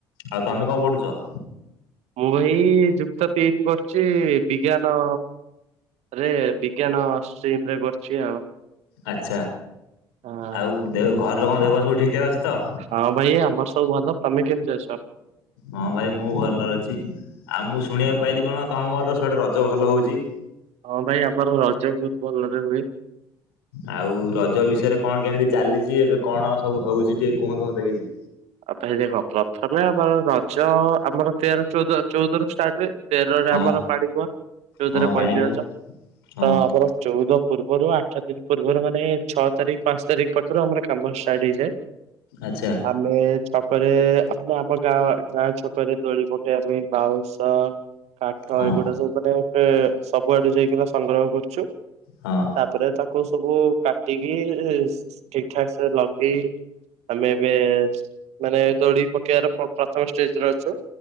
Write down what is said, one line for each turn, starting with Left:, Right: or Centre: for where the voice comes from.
Left: ଆଉ ତମେ କଣ ପଢୁଛ?
Right: ମୁଁ ଭାଇ ଯୁକ୍ତ ତିନି କରିଛି ବିଜ୍ଞାନ ଆରେ ବିଜ୍ଞାନ ଷ୍ଟିମରେ କରୁଛି ଆଉ।
Left: ଆଚ୍ଛା
Right: ହଁ
Left: ଆଉ ଦେ ଘର ଲୋକଙ୍କ ଦେହ ପା ସବୁ ଠିକ୍ ଠାକ୍ ଅଛି ତ?
Right: ହଁ ଭାଇ ଆମର ସବୁ ଭଲ। ତମେ କେମିତି ଅଛ?
Left: ହଁ ଭାଇ ମୁଁ ଭଲ ଅଛି। ଆଉ ମୁଁ ଶୁଣିବାକୁ ପାଇଲି କଣ ତମର ସେପଟେ ରଜ ଭଲ ହୋଉଛି।
Right: ହଁ ଭାଇ ଆମର ରଜ ବହୁତ ଭଲରେ ହୁଏ।
Left: ଆଉ ରଜ ବିଷୟରେ କଣ କେମିତି ଚାଲିଛି ଏବେ କଣ ସବୁ ହଉଛି ଟିକେ କୁହନ୍ତୁ ମତେ କିଛି।
Right: ଆଉ ପାଇଁ ଦେଖ ପ୍ରଥମେ ଆମର ରଜ ଆମର ତେର ଚଉଦ ଚଉଦରୁ ଷ୍ଟାର୍ଟ ହୁଏ। ତେରରେ
Left: ହଁ
Right: ଆମର ପାଣି କୁହ ଚଉଦରେ
Left: ହଁ
Right: ପହଁଲିି
Left: ପାଣି ବୁହା
Right: ରଜ।
Left: ହଁ
Right: ତ ଆମର ଚଉଦ ପୂର୍ବରୁ ଆଠ ଦିନ ପୂର୍ବରୁ ମାନେ ଛଅ ତାରିଖ ପାଞ୍ଚ ତାରିଖ ପାଖରୁ ଆମର କାମ ଷ୍ଟାର୍ଟ ହେଇଯାଏ।
Left: ଆଛା।
Right: ଆମେ ଛକରେ ଆ ଆମ ଗାଁ ଗାଁ ଛକରେ ଦୋଳି ପୋକେଇବା ପାଇଁ ବାଉଁଶ କାଠ
Left: ହଁ
Right: ଏଗୁଡା ସବୁ ମାନେ ସବୁଆଡେ ଯାଇକିନା ସଂଗ୍ରହ କରୁଛୁ।
Left: ହଁ
Right: ତାପରେ ତାକୁ ସବୁ କାଟିକି ଠିକ ଠାକ ସେ ଲଗେଇ ଆମେ ଏବେ ମାନେ ଦୋଳୀ ପକେଇବାର ପ୍ରଥମ ଷ୍ଟେଜରେ ଅଛୁ